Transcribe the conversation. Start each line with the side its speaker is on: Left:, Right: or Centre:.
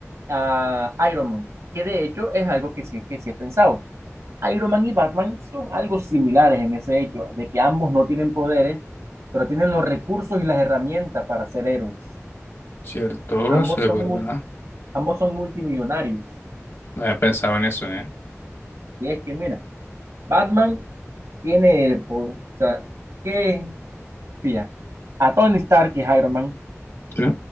Right: a Iron Man, que de hecho es algo que sí, que sí he pensado. Iron Man y Batman son algo similares en ese hecho, de que ambos no tienen poderes, pero tienen los recursos y las herramientas para ser héroes.
Left: cierto,
Right: Ambos
Left: eso es
Right: son,
Left: verdad.
Right: mul- ambos son multimillonarios.
Left: No había pensado en eso, ¿eh?
Right: Si es que, mira, Batman tiene el po- O sea, ¿qué? Pilla. A Tony Stark, que es Iron Man,
Left: Sí.